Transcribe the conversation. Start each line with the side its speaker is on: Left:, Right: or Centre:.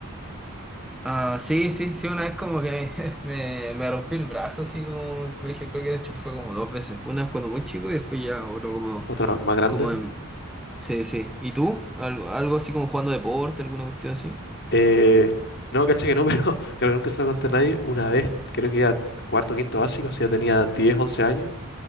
Centre: ah, sí, sí, sí, una vez como que <laughs> me, me rompí el brazo así como en el colegio, creo que de hecho fue como dos veces. Una vez cuando muy chico y después ya otro como,
Left: ¿Otra más grande?
Centre: como en... Sí, sí. ¿Y tú? ¿Algo, algo así como jugando deporte, alguna cuestión así?
Left: Eh, no, caché que no, <laughs> pero creo que nunca se lo conté a nadie. Una vez, creo que iba en cuarto, quinto básico, o sea, tenía 10 11 años,